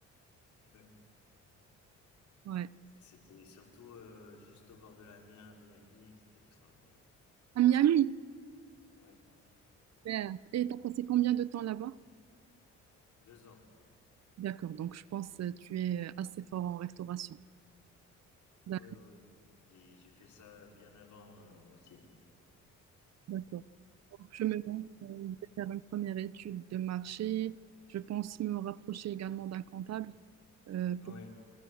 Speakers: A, on the left; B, on the right.
A: <laughs> Oui.
B: Ouais.
A: Et C'était surtout euh, juste au bord de la mer à Miami et c'était extraordinaire.
B: À Miami.
A: Ouais,
B: Super. Et t'as passé combien de temps là-bas?
A: deux ans.
B: D'accord, donc je pense que tu es assez fort en restauration.
A: Oui,
B: D'ac-
A: oui. Et puis j'ai fait ça bien avant euh, aussi.
B: D'accord. Donc, Je me lance, euh, je vais faire une première étude de marché. Je pense me rapprocher également d'un comptable euh, pour
A: Oui,